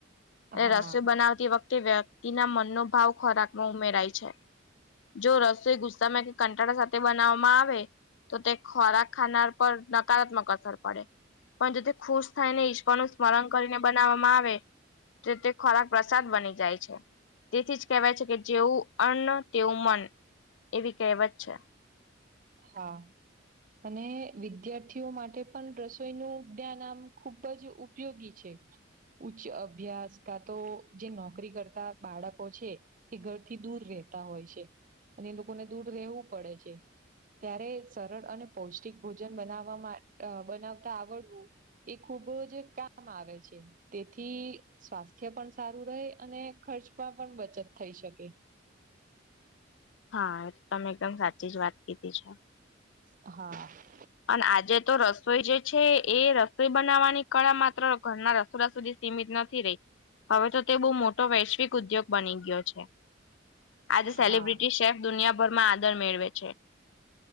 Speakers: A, on the left (about 75°); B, on the right (about 45°).
A: તે
B: હા
A: રસોઈ બનાવતી વખતે તે વ્યક્તિના મનનો ભાવ ખોરાકમાં ઉમેરાય છે. જો રસોય ગુસ્સામાં કે કંટાળ સાથે બનાવવામાં આવે તો, તે ખોરાક ખાનાર પર નકારાત્મક અસર પડે. પણ જેથી ખુશ થાય ને ઈક્ષ પણુ સ્મરણ કરીને બનાવવામાં આવે, તો તે ખોરાક પ્રસાદ બની જાય છે, તેથી જ કહેવાય છે કે, જેવું અન તેવું મન એવી કહેવત છે.
B: હા. અને વિદ્યાર્થીઓ માટે પણ રસોઈનું જ્ઞાન આમ ખૂબ જ ઉપયોગી છે. ઉચ્ચ અભ્યાસ કાં તો જે નોકરી કરતા બાળકો છે. એ ઘરથી દૂર રહેતા હોય છે, અને એ લોકોને દૂર રહેવું પડે છે. ત્યારે સરળ અને પૌષ્ટિક ભોજન બનાવવા બનાવતા આવડવું. એ ખુબ જ કામ આવે છે. તેથી સ્વાસ્થ્ય પણ સારું રહે, અને ખર્ચ પણ પણ બચત થઈ શકે.
A: હા, તમે એકદમ સાચી જ વાત કીધી છે.
B: હા.
A: અને આજે તો રસોઈ જે છે, એ રસોઈ બનાવવાની કળા માત્ર ઘરના રસો સુધી સીમિત નથી રહી, હવે તો, તે બહુ મોટો વૈશ્વિક ઉદ્યોગ બની ગયો છે.
B: <inaudible>
A: આજે સેલિબ્રિટી
B: હા
A: શેફ દુનિયાભરમાં આદર મેળવે છે.